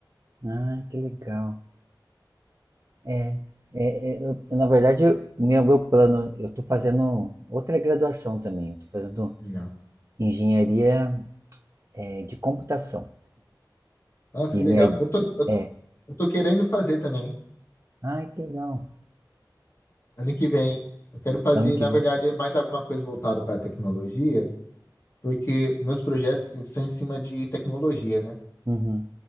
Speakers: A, on the right (about 40°); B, on the left (about 35°).
A: Ah, que legal. É, é, é, eu- na verdade, o meu, meu plano, eu estou fazendo outra graduação também. Eu estou fazendo
B: Legal.
A: engenharia, é, de computação.
B: Nossa,
A: E
B: que legal.
A: minha, i-
B: Eu tô, eu,
A: é.
B: eu tô querendo fazer também.
A: Ai, que legal.
B: Ano que vem. Eu quero fazer,
A: Ano que
B: na
A: vem.
B: verdade, mais alguma coisa voltada para a tecnologia, porque meus projetos são em cima de tecnologia, né?
A: Uhum.